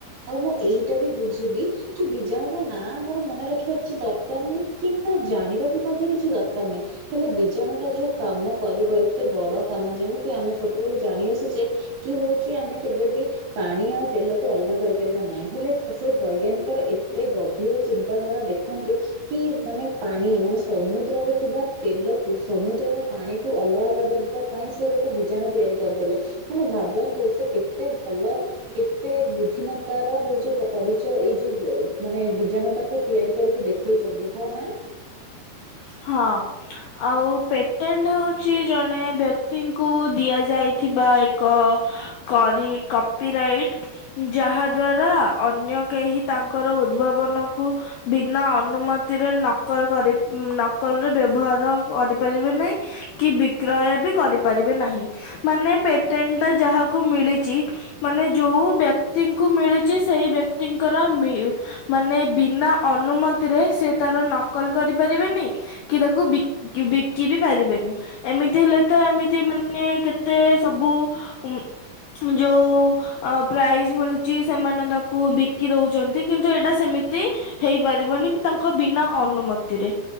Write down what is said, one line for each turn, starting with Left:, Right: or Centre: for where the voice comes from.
Right: ଆଉ ମୁଁ ଏଇଟା ବି ବୁଝିଲି। କି ବୀଜାଣୁ ର ନାଁ ଆମର ମନେ ରଖିବା କିଛି ଦରକାର ନାହିଁ କିମ୍ବା ଜାଣିବା ବି ମଧ୍ୟ କିଛି ଦରକାର ନାହିଁ। ହେଲେ ବୀଜାଣୁ ଟା ଯୋଉ କାମ କରିବ ଏତେ ବଡ କାମ ଯେମିତି ଆମେ ଛୋଟବେେଳୁ ଜାଣି ଆସିଛେ। କି ହଉଛି ଆମେ କେବେ ବି। ପାଣି ଆଉ ତେଲକୁ ଅଲଗା କରିପାରିବା ନାହିଁ ହେଲେ ସେ ବୈଜ୍ଞାନିକର ଏତେ ଗଭୀର ଚିନ୍ତାଧାରା ଦେଖ। ରଖନ୍ତୁ। କି ମାନେ ପାଣି ମାନେ ସମୁଦ୍ରରେ ଥିବା ତେଲକୁ ସମୁଦ୍ରର ପାଣିଠୁ ଅଲଗା କରିବା ପାଇଁ ସେ ଗୋଟେ ବୀଜାଣୁ ତିଆରି କରିଦେଲେ ମାନେ ଭାବନ୍ତୁ ସେ କେତେ ଭଲ କେତେ ବୁଦ୍ଧିମତ ର ହଉଛି ପରିଚୟ ଏଇ ଯୋଉ ମାନେ ବୀଜାଣୁ ଟାକୁ। ତିଆରି କରିକି ଦେଖେଇଛନ୍ତି ହଁ ନା।
Left: ହଁ। ଆଉ ପେଟେଣ୍ଟ ହଉଛି ଜଣେ ବ୍ୟକ୍ତିଙ୍କୁ ଦିଆଯାଇଥିବା ଏକ କରି କପିରାଇଟ୍। ଯାହା ଦ୍ଵାରା ଅନ୍ୟ କେହି ତାଙ୍କର ଉଦ୍ଭାବନକୁ। ବିନା ଅନୁମତିରେ ନକଲ କରି ନକଲ୍ କଲ୍ ର ବ୍ୟବହାର କରିପାରିବେ ନାହିଁ କି ବିକ୍ରୟ ବି କରିପାରିବେ ନାହିଁ। ମାନେ ପେଟେଣ୍ଟ ଟା ଯାହାକୁ ମିଳିଛି। ମାନେ ଯୋଉ ବ୍ୟକ୍ତି ଙ୍କୁ ମିଳୁଛି ସେଇ ବ୍ୟକ୍ତିଙ୍କର ମାନେ ବିନା ଅନୁମତି ରେ ସେ ତାର ନକଲ କରିପାରିବେନି। କି ତାକୁ ବି ବିକିବି ପାରିବେନି ଏମିତି ହେଲେ ତ ଏମିତି ମାନେ କେତେ ସବୁ ଉଁ ଯୋଉ। ଅ ପ୍ରାଇଜ୍ ମିଳୁଛି ସେମାନେ ତାକୁ ବିକି ଦଉଛନ୍ତି କିନ୍ତୁ ଏଇଟା ସେମିତି ହେଇପାରିବନି କି ତାଙ୍କ ବିନା ଅନୁମତିରେ।